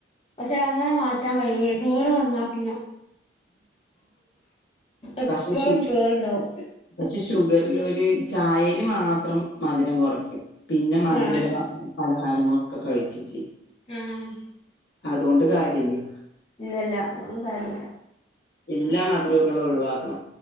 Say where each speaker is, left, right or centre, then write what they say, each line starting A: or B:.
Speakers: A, on the left; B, on the left.
A: പക്ഷെ അങ്ങനെ മാറ്റാൻ കഴിയൂയെ ഷുഗറ് വന്നാ പിന്നെ എപ്പളും
B: പക്ഷേ ഷു
A: ഷുഗറുണ്ടാവും
B: പക്ഷെ ഷുഗറില്ലോല് ചായേല് മാത്രം മധുരം കൊറക്കും. പിന്നെ മധുരല്ലെ
A: ആഹ്
B: പലഹാരങ്ങളൊക്കെ കഴിക്കു ചെയ്യും.
A: ആഹ്
B: അതോണ്ട് കാര്യല്ലേ.
A: ഇല്ല ല്ല അതോണ്ട് കാര്യല്ല.
B: എല്ലാ മധുരൂങ്ങളും ഒഴിവാക്കണം.